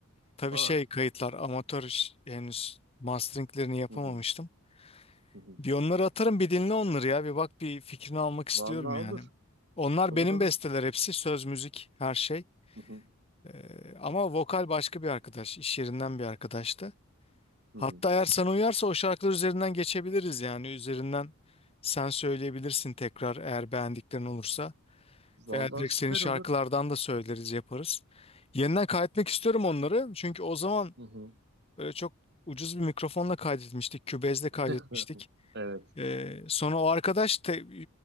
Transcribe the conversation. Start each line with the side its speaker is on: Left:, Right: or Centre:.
Left: Tabii
Right: Aa.
Left: şey kayıtlar amatör iş- henüz masteringlerini yapamamıştım.
Right: Hı hı. Hı hı.
Left: Bir onları atarım bir dinle onları ya. Bir bak bir fikrini almak
Right: Vallahi
Left: istiyorum
Right: olur.
Left: yani. Onlar
Right: Olur
Left: benim
Right: olur.
Left: besteler hepsi. Söz, müzik her şey.
Right: Hı hı.
Left: E, ama vokal başka bir arkadaş. iş yerinden bir arkadaştı.
Right: Hı
Left: Hatta
Right: hı.
Left: eğer sana uyarsa o şarkılar üzerinden geçebiliriz yani üzerinden sen söyleyebilirsin tekrar eğer beğendiklerin olursa
Right: Vallahi
Left: veya direkt
Right: süper
Left: senin şarkılardan
Right: olur.
Left: da söyleriz yaparız. Yeniden kaydetmek istiyorum onları çünkü o zaman
Right: Hı hı.
Left: böyle çok ucuz bir mikrofonla kaydetmiştik, kübezle kaydetmiştik.
Right: <laughs> Evet.
Left: Ee, sonra o arkadaş te-